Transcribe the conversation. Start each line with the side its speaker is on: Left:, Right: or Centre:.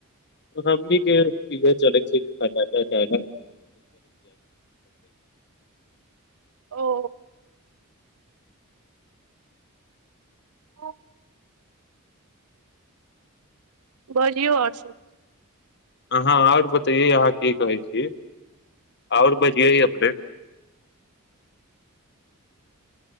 Left: हमनी के इह चलै छैटा पैसतै
Right: ओ ओ बजियौ आओर स
Left: अहाँ आओर बतैयै अहाँ की कहै छी आओर बजियै अपने